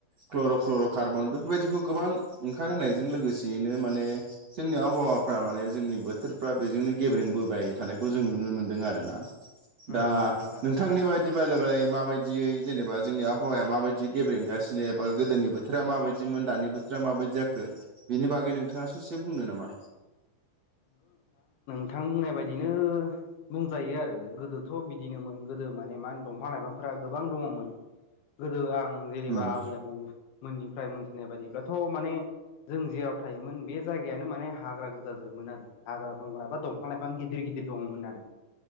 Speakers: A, on the right; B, on the left.
A: chlorofluorocarbon बेफोरबायदिबो गोबां ओंखार होनायजों लोगोसेयैनो माने जों आबहावाफ्रा माने जोंनि बोथोरफ्रा बेजोंनो गेब्रेंबोबाय थानायखौ जों नुनो मोनदों आरो ना दा
B: नंगौ नोंथां थारैनो
A: नोंथांनि बायदि <unintelligible> माबायदियै जेनेबा जोंनि आहावाया माबायदि गेब्रेंगासिनो एबा गोदोनि बोथोरा माबायदिमोन दानि बो थोरा माबायदि जाखो बिनि बागै नोंथाङा ससे बुंनो नामा?
B: बिथां बुंनाय बायदिनो बुंजायो आरो गोदोथ' बिदिनोमोन गोदो माने मा होनो दंफां- लाइफां फोरा गोबां दङ'मोन गोदो आं जेनेबा
A: उम
B: आबै-आबौ मोननिफ्राय मोनथिनाय बायदिब्लाथ' माने जों जेराव थायोमोन बे जायगायानो माने हाग्रा गोजा जोबमोन आरो हाग्रा बंग्रा बा दंफां लाइफां गिदिर गिदिर दङमोन आरो